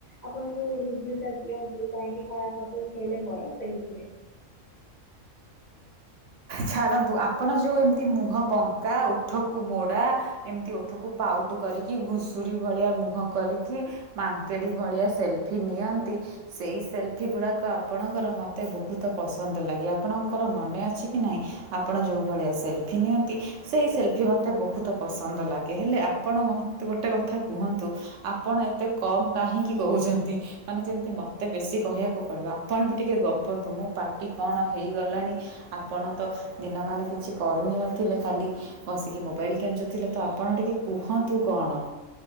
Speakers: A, on the left; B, on the right.
A: ଆପଣ ଯୋଉ ରିଭିଲଟା ଦିଅନ୍ତି କାହିଁକି କଳା ଖରାପ ଫଟୋ ଉଠେଇଲେ ମୋର ସେଇଥିରେ।
B: ଛାଡ଼ନ୍ତୁ ଆପଣ ଯୋଉ ଏମତି ମୁହଁ ବଙ୍କା, ଓଠକୁ ମୋଡ଼ା ଏମତି ଓଠକୁ ପାଉତ୍ କରିକି, ଘୁଷୁରୀ ଭଳିଆ ମୁହଁ କରିକି ମାଙ୍କେଡି ଭଳିଆ ସେଲଫି ନିଅନ୍ତି, ସେଇ ସେଲଫି ଗୁଡାକ ଆପଣଙ୍କର ମତେ ବହୁତ ପସନ୍ଦ ଲାଗେ। ଆପଣଙ୍କର ମନେ ଅଛି କି ନାଇଁ? ଆପଣ ଯେଉଁ ଭଳିଆ ସେଲ୍ଫି ନିଅନ୍ତି ସେଇ ସେଲ୍ଫି ମୋତେ ବହୁତ ପସନ୍ଦ ଲାଗେ ହେଲେ ଆପଣ ମତେ- ଗୋଟେ କଥା କୁହନ୍ତୁ ଆପଣ ଏତେ କମ୍ କାହିଁକି କହୁଚନ୍ତି? ମାନେ ଯେମତି ମତେ ବେଶୀ କହିବାକୁ ପଡିବ ଆପଣ ବି ଟିକେ ଗପନ୍ତୁ ମୋ ପାଟି କଣ ହେଇଗଲାଣି ଆପଣ ତ ଦିନମାନେ କିଛି କରୁ ହିଁ ନଥିଲେ ଖାଲି ବସିକି ମୋବାଇଲ୍ କେଞ୍ଚୁଥିଲେ ତ ଆପଣ ଟିକେ କୁହନ୍ତୁ କଣ?